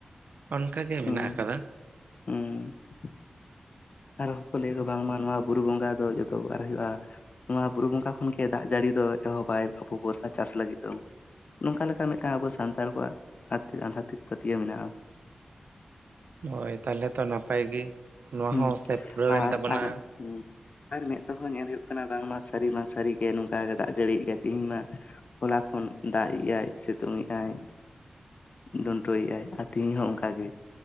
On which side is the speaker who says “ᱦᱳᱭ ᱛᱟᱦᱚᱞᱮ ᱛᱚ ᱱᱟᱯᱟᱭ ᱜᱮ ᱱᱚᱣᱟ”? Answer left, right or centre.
Right